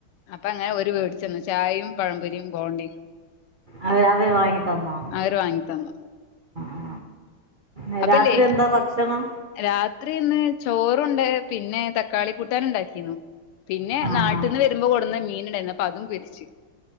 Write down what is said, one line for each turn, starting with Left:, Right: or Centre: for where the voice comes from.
Left: അപ്പൊ അങ്ങനെ ഒരു വീട് ചെന്ന ചായയും പഴംപൊരിയും ബണ്ടി
Right: അവർ അവർ വാങ്ങി തന്നോ ആ
Left: അവര് വാങ്ങി തന്നു
Right: ആ ആ.
Left: അപ്പല്ലേ
Right: രാത്രി എന്താ ഭക്ഷണം
Left: രാത്രി ഇന്ന് ചോറുണ്ട് പിന്നെ തക്കാളി കൂട്ടാനുണ്ടാക്കി ിക്കുന്നു പിന്നെ
Right: ആ
Left: നാട്ടിൽ
Right: ആ
Left: നിന്ന് വരുമ്പോ കൊടുുന്ന മീൻ പ്പ അതും പിരിച്ച്ു